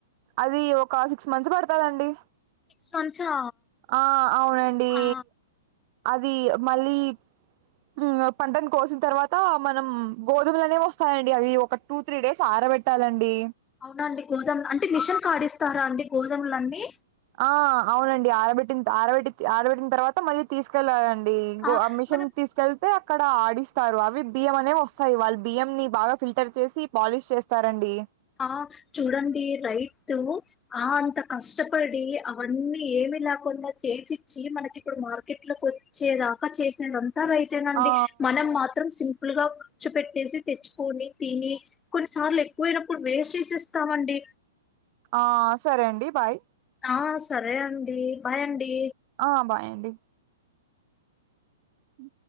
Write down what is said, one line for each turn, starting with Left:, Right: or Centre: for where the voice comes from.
Right: అది ఒక సిక్స్ మంత్స్ పడతాదండి
Left: సిక్స్ మంత్సా
Right: ఆ అవునండి
Left: ఆ
Right: అది మళ్ళీ ఉమ్ పంటను కోసిన తర్వాత మనం గోధుమలునే వస్తాయండి అవి ఒక టూ త్రీ డేస్ ఆ పెట్టాలండి
Left: అవునండి గోధుమ్ అంటే మిషన్ కాడిస్తారా అండి గోధుమలన్నీ
Right: ఆ అవునండి ఆరబెట్టి ఆరబెట్టి ఆరబెట్టిన తర్వాత మళ్ళీ తీసుకెళ్ళాలండి డిపో
Left: ఆ
Right: అమిషన్
Left: మనం
Right: తీస్కెల్ తే అక్కడ ఆడిస్తారు అవి బియ్యం అనేవి వస్తాయి వాళ్ళు బియ్యం ని బాగా ఫిల్టర్ చేసి పాలిష్ చేస్తారండి
Left: ఆ చూడండి రైతు ఆ అంత కష్టపడి అవన్నీ ఏమ్ ఏమ్ లేకుండా చేసి ఇచ్చి మనకి ఇప్పుడు మార్కెట్ లోకి వచ్చేదాకా చేసిదంత అంత రైతే అండి
Right: ఆ
Left: మనం మాత్రం సి ప్పులుగా కూర్చు పెట్టేసి తెచ్చుకొని తిని కొన్నిసార్లు ఎక్కువైన నప్పుడు వేస్ట్ చేసేస్తామండి
Right: ఆ సరే అండి బాయ్
Left: ఆ సరే అండి బాయ్ అండి
Right: ఆ బాయండి ఉ